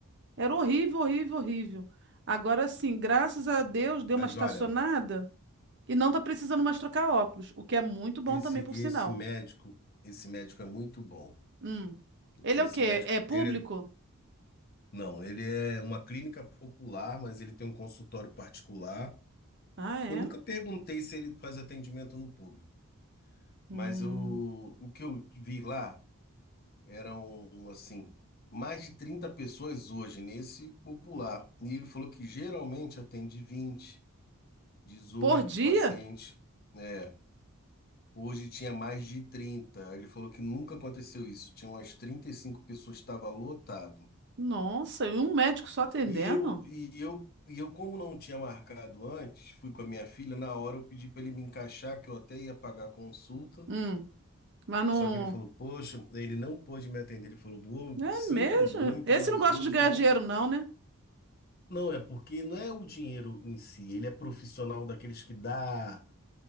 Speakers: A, on the right; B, on the left.
A: Era horrível, horrível, horrível. Agora sim, graças a Deus, deu
B: mas
A: uma estacionada
B: olha,
A: e não tá precisando mais trocar óculos, o que é muito bom
B: esse
A: também, por
B: esse
A: sinal.
B: médico, esse médico é muito bom.
A: Hum. Ele
B: Esse
A: é o quê?
B: médico,
A: É público?
B: ele é, não, ele é uma clínica popular, mas ele tem um consultório particular.
A: Ah, é?
B: Eu nunca perguntei se ele faz atendimento no público, mas
A: Hum.
B: eu, o que eu vi lá eram assim, mais de 30 pessoas hoje nesse popular. E ele falou que geralmente atende 20. dezoito
A: Por dia?
B: pacientes, né? Hoje tinha mais de trinta Ele falou que nunca aconteceu isso. Tinha umas 35 pessoas, estava lotado.
A: Nossa, e um médico só atendendo?
B: E eu, e eu, e eu, como não tinha marcado antes, fui com a minha filha, na hora eu pedi para ele me encaixar, que eu até ia pagar a consulta.
A: Hum. Mas não.
B: Só que ele falou, poxa, ele não pôde me atender. Ele falou, boa,
A: É
B: sinto
A: mesmo?
B: muito,
A: Esse
B: mas
A: não gosta
B: hoje
A: de ganhar
B: eu não.
A: dinheiro, não, né?
B: Não, é porque não é o dinheiro em si, ele é profissional daqueles que dá